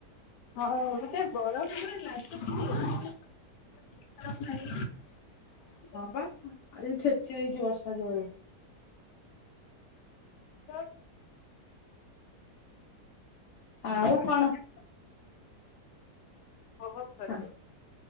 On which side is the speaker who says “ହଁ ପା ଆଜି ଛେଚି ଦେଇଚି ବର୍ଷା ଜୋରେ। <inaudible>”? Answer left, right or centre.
Left